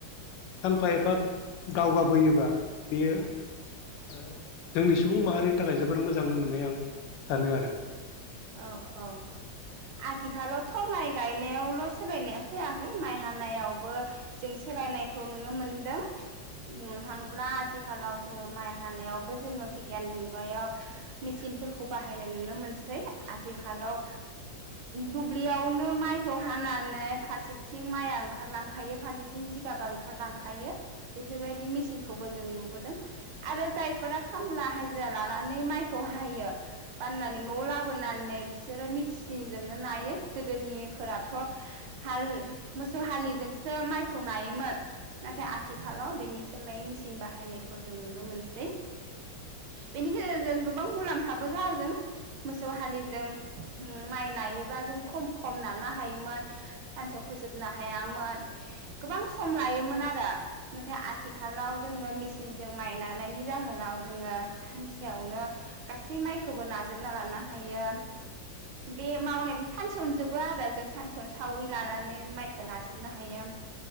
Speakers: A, on the left; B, on the right.
A: सानफा एफा दावगाबोयोबा बेयो ओ जोंनि सुबुं माहारिनि थाखाय जोबोर मोजां होननानै आं सानो आरो।
B: औ औ आथिखालावथ' माइ गायनायावल' सोलायनाया फैयाखै माइ हानायावबो जों सोलायनायखौ नुनो मोनदों। बुनो थाङोब्ला आथिखालाव जोङो माइ हानायावबो जोङो बिगियाननि मुगायाव मेचिनफोरखौ बाहायनाय नुनो मोनसै। आथिखालाव दुब्लियावनो माइखौ हानानै फारसेथिं माइआ ओंखारलांखायो फारसेथिं जिगाबा ओंखारलांखायो बेफोरबायदि मेचिनखौबो जों नुबोदों आरो जायफोरा खामला हाजिरा लानानै माइखौ हायो फाननानै न' लाबो होनानै बिसोरो मिचनजोंनो नायो गोदोनिफोराथ' हाल मोसौ हलिजोंसो माइखौ नायोमोन नाथाय आथिखालाव बेनि सोलायै मेचन बाहायनायखौ जों नुनो मोनसै बेनि गेजेरजों गोबां मुलाम्फाबो जादों। मोसौ हालिजों माइ नायोब्ला जों खम खम नानो हायोमोन सानसेयाव फोजोबनो हायामोन गोबां सम लायोमोन आरो नाथाय आथिखालाव जोङो मेचिनजों माइ नानायनि जाहोनाव जोङो सानसेयावनो गासै माइखौबो नाजोब जोबना लानो हायो बे मावनाय सानसेयावनो जोबो आरो जों सानसेयावनो सावरि लानानै माइखौ नाजोबनो हायो